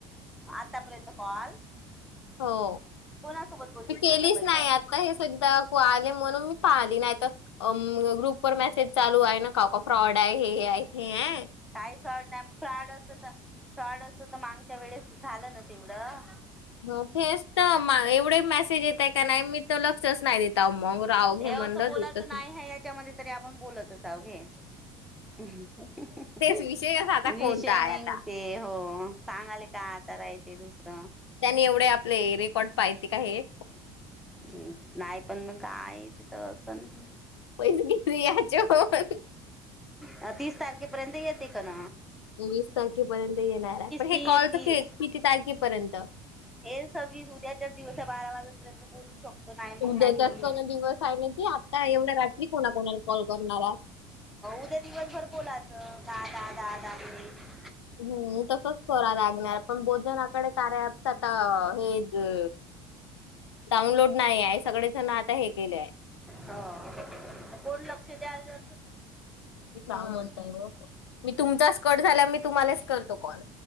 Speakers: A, in the centre; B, on the left.
A: आता पर्यंत कॉल?
B: हों
A: कोणासोबत बोलली
B: मी केलीच
A: होती माझ्या पहिलं
B: नाय आ त्या हें सु <inaudible> काकू आले म्हणून मी पण आली नाही त अमं ग्रुप वर मेसेज चालूयं नां कावकाव फ्रॉडयं हें तेंयं.
A: कायी फ्रॉड नाही फ्रॉड असतं तर फ्रॉड असतं तर मागच्या वेळेस झालं ना तेवढं.
B: हं तेच तर मां एवढे मेसेज येतय का नायी मी तर लक्षच नाही देता मग राव. घे
A: हे
B: म्हणलं
A: असं बोलायचं
B: देतच बोलतेच
A: नाही हाय याच्यामध्ये तरी आपण बोलतच हवं घे. <unintelligible>
B: विषयच आता
A: विषय
B: कोणता आहे
A: निंगते
B: आता
A: हों सांगाली का? खरायं तें दुसरं.
B: त्यांनी एवढे आपले रेकॉर्ड पाहतें कां हें?
A: हुं नायी पण मग काय तिथं असंन
B: पैस कितीयाहचें हों <unintelligible>
A: अं तीस तारखेपर्यंत येते कन.
B: हे वीस तारखेपर्यंत येणारयं पण हे
A: तीस
B: कॉलच
A: तीस
B: के किती तारखेपर्यंत?
A: हे सव्वीस उद्याच्या दिवसयं बारा वाजेपर्यंत बोलू शकतो. नाही मग
B: उद्या
A: नाही बोलू
B: चा पर्यंत जास्त दिवस हाय ने की आता एवढ्या रात्री कोणा कोणाला कॉल करणारात.
A: उद्या दिवसभर बोलाच दां दां दां दहा मिनिटं.
B: हुं तसंच करां लागणार पण भोजनाकडे कार्याॲपचा आता हे ज डाऊनलोड नायीहाय सगळे जण आता हे केलेयं.
A: हों म कोण लक्ष द्यायला जातेयं.
B: कां म्हणतां वो मी तुमचांच कट झाला मी तुम्हालांच करतो कॉल?